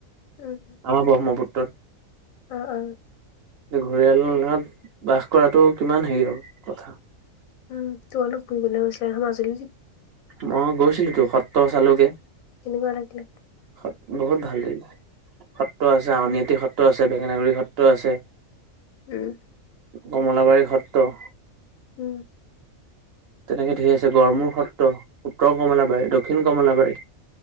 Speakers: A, on the left (about 85°); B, on the right (about 55°).
A: উ উ।
B: আমাৰ ব্ৰহ্মপুত্ৰত।
A: অ অ।
B: এতিয়া ঘৰিয়ালৰ লগত বাস কৰাটো কিমান হেৰি আৰু কথা।
A: উম তো অলপ ফুৰিবলৈ গৈছিলে সেই মাজুলীদ্বীপ
B: মই গৈছিলোতো সত্ৰ চালোগে।
A: কেনেকুৱা লাগিলে?
B: সত বহুত ভাল লাগিলে। সত্ৰ আছে, আউনী আটী সত্ৰ আছে, বেঙেনা গুৰি সত্ৰ আছে।
A: উম।
B: কমলাবাৰী সত্ৰ
A: উম।
B: তেনেকে ধেৰ আছে, গৰমুৰ সত ত, উত্তৰ কমলাবাৰী, দক্ষিণ কমলাবাৰী